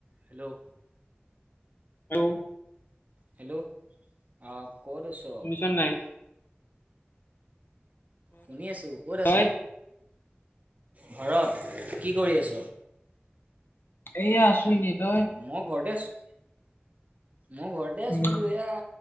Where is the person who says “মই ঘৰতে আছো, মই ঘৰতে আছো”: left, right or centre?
Right